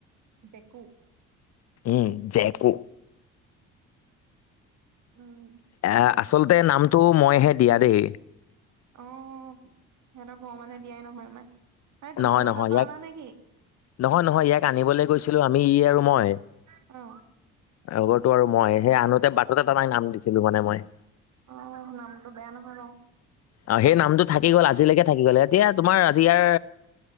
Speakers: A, on the right; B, on the left.
A: জেকু।
B: উম, জেকো।
A: উম।
B: এ, আচলতে, নামটো মইহে দিয়া দেই।
A: অ', সিহঁতক ঘৰৰ মানুহে, দিয়াই নহয় আমাক। মানে তোমালোকৰ
B: নহয়-নহয়,
A: তাৰপা
B: ইয়াক,
A: অনা নেকি?
B: নহয়-নহয়, ইয়াক আনিবলৈ গৈছিলো, আমি ই আৰু মই।
A: অ।
B: আগৰতো আৰু মই, সেই আনোতে বাটতে তাক, নাম দিছিলো মানে মই।
A: অ', নামটো বেয়া নহয় বাৰো।
B: অ', সেই নামটো থাকি গ'ল, আজিলৈকে থাকি গ'ল। এতিয়া তোমাৰ, আজি ইয়াৰ,